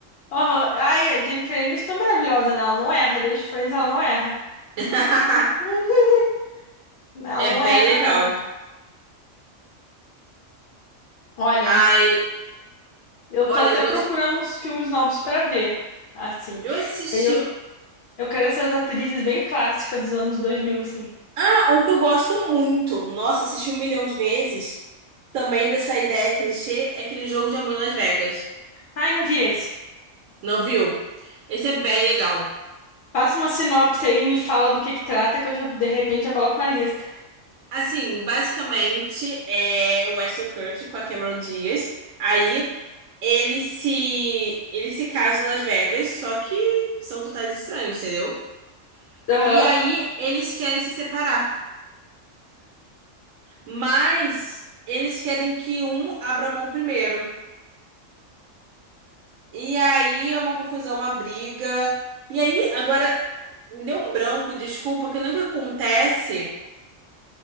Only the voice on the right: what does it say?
<laughs>
É
bem
legal.
Ai,
olha,
eu gosto.
Eu assisti.
Ah, um que eu gosto muito. Nossa, assisti um milhão de vezes. Também dessa ideia clichê é aquele jogo de amor em Las Vegas.
Não viu? Esse é bem legal.
Assim, basicamente é o Weston Curtis com a Cameron Diaz. Aí ele se ele se casa em Las Vegas, só que são totais estranhos, entendeu?
E aí eles querem se separar, mas eles querem que um abra mão primeiro. E aí é uma confusão, uma briga. E aí, agora, me deu um branco, desculpa, que eu lembro que acontece